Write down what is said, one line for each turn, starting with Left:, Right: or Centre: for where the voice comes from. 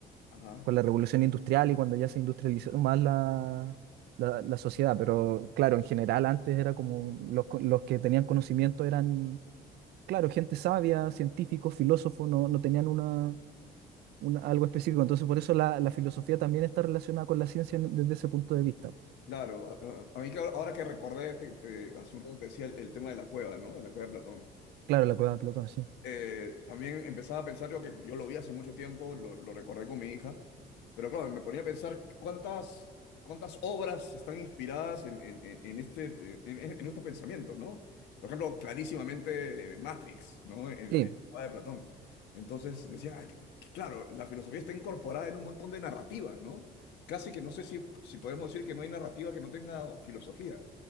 Left: ajá,
Right: con la revolución industrial y cuando ya se industrializó más la, la, la sociedad. Pero claro, en general antes era como los, co- los que tenían conocimiento eran, claro, gente sabia, científicos, filósofos, no, no tenían una, una- algo específico. Entonces por eso la, la filosofía también está relacionada con la ciencia en- desde ese punto de vista.
Left: claro. A, a- a mí, claro, ahora que recordé, te, te- hace un rato te decía el, el tema de la cueva, ¿no? De la cueva de Platón.
Right: Claro, la cueva de Platón, sí.
Left: eh, también empezaba a pensar yo que yo lo vi hace mucho tiempo, lo, lo recordé con mi hija, pero claro, me ponía a pensar cuántas, cuántas obras están inspiradas en, en- en- en este, eh, en, en estos pensamientos, ¿no? Por ejemplo, clarísimamente eh, Matrix, ¿no? En,
Right: Sí,
Left: en la obra de Platón. Entonces decía, ah, que- que claro, la filosofía está incorporada en un montón de narrativas, ¿no? Casi que no sé si, si podemos decir que no hay narrativa que no tenga filosofía.